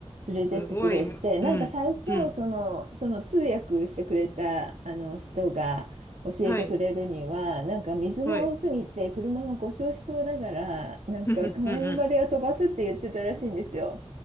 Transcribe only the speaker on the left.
すごい。うん。
うん。
はい。
はい。
<laughs> うんうんうん。